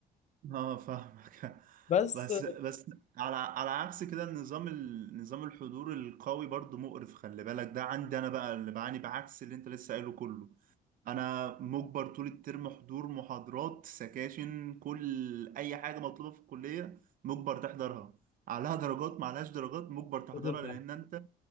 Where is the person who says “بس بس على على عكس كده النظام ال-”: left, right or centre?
Right